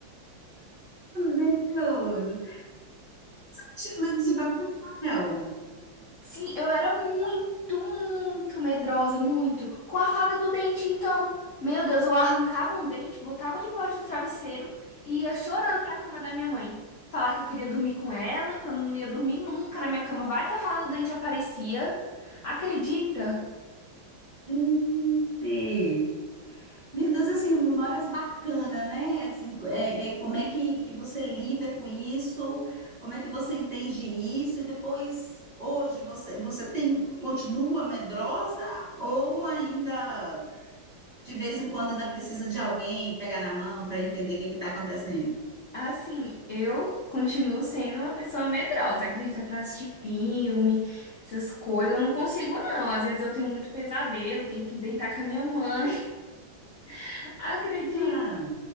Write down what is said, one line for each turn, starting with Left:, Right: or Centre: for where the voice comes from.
Right: Meu Deus! Tinha medo de Papai Noel.
Left: Sim, eu era muito, muito medrosa, muito. Com a fada do dente, então. Meu Deus, eu arrancava um dente, botava debaixo do travesseiro e ia chorando pra cama da minha mãe. Falar que eu queria dormir com ela, que eu não ia dormir nunca na minha cama. Vai que a fada do dente aparecia. Acredita?
Right: Gente! Meu Deus, assim, memórias bacanas, né? Assim, é, é, como é que, que você lida com isso? Como é que você entende isso? E depois, hoje, você, você tem, continua medrosa ou ainda, de vez em quando, ainda precisa de alguém pegar na mão para entender o que está acontecendo?
Left: Assim, eu continuo sendo uma pessoa medrosa. Acredita pra assistir filme, essas coisas, eu não consigo, não. Às vezes eu tenho muito pesadelo, tenho que deitar com a minha mãe. <laughs> Acredita?
Right: Ah,